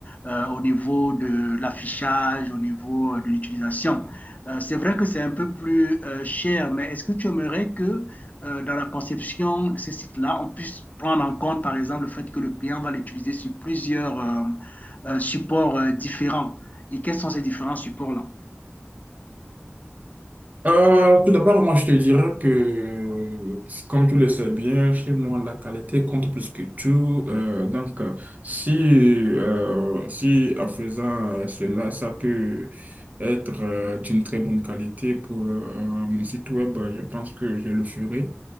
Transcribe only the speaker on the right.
Euh, tout d'abord, moi, je te dirais que, euh, comme tu le sais bien, chez moi, la qualité compte plus que tout. Euh, donc, euh, si, euh, si en faisant euh, cela, ça peut être euh, d'une très bonne qualité pour euh, mon site web, je pense que je le ferai.